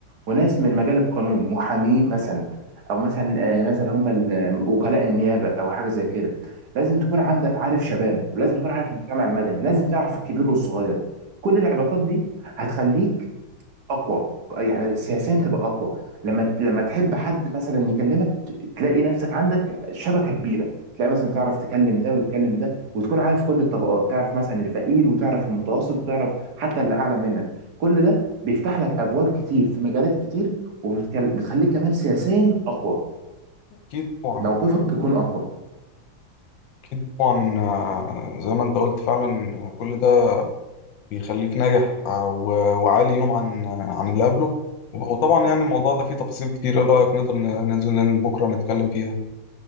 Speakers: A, on the right (about 55°); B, on the left (about 70°).
A: وناس من مجال القانون محامين مثلا أو مثلا آه، مثلا هم ال- آه، وكلاء النيابة أو حاجة زي كده لازم تكون عندك عارف شباب ولازم تكون عارف المجتمع المدني لازم تعرف الكبير والصغير كل العلاقات دي هتخليك اقوى يعني سياسيا تبقى اقوى لما لما تحب حد مثلا يكلمك ت- تلاقي نفسك عندك شبكه كبيره تلاقي مثلا تعرف تكلم ده وتكلم ده وتكون عارف كل الطبقات تعرف مثلا الفقير وتعرف المتوسط وتعرف حتى اللي اعلى منك كل ده بيفتح لك ابواب كتير في مجالات كتير وبتخليك كمان سياسيا اقوى
B: أكيد طبعا
A: موقفك
B: يعني
A: بيكون اقوى
B: أكيد طبعا آه، زي ما أنت قلت فعلا آه، كل ده بيخليك ناجح آه، و- وعالي يوم عن آه، عن اللي قبله وب- وطبعا
A: <clears throat>
B: يعني الموضوع ده فيه تفاصيل كتير إيه رأيك نقدر ن- ننزل بكرة نتكلم فيها